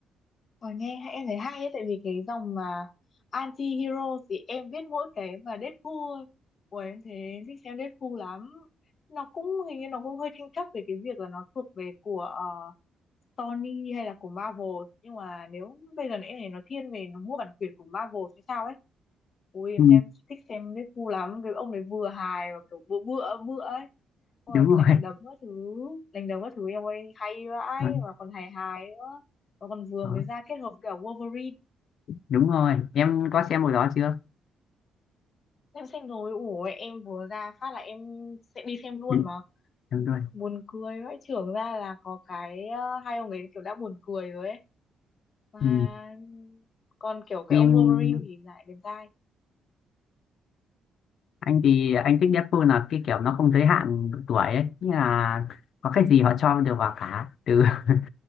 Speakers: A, on the left; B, on the left.
A: Và nghe hay- em thấy hay ấy tại vì cái dòng mà anti-hero thì em biết mỗi cái mà Deadpool thôi. Ủa em thấy em thích xem Deadpool lắm. Nó cũng hình như nó cũng hơi tranh chấp về cái việc là nó thuộc về của ờ, Sony hay là của Marvel nhưng mà nếu bây giờ em thấy nó thiên về nó mua bản quyền của Marvel hay sao ấy Ui em
B: ừ,
A: xem thích xem Deadpool ngu lắm Cái ông đấy vừa hài và kiểu bựa bựa bựa ấy Ôi
B: đúng rồi
A: đánh
B: <laughs>
A: đấm các thứ Đánh đấm các thứ em ơi hay vãi
B: Ừ,
A: mà còn hài hài nữa mà còn vừa
B: đó.
A: mới ra kết hợp cả Wolverine
B: đúng rồi em có xem hồi đó chưa
A: Em xem rồi ủa em vừa ra phát là em sẽ đi xem luôn
B: Ừ,
A: mà
B: đúng rồi
A: Buồn cười vãi Trưởng ra là có cái ờ, Hai ông ấy kiểu đã buồn cười rồi ấy Mà
B: ừ.
A: còn kiểu cái
B: phim
A: ông Wolverine thì lại đẹp trai
B: anh thì anh thích nhất Deadpool là cái kiểu nó không giới hạn độ tuổi ấy nghĩa là có cái gì họ cho đều vào cả từ <laughs>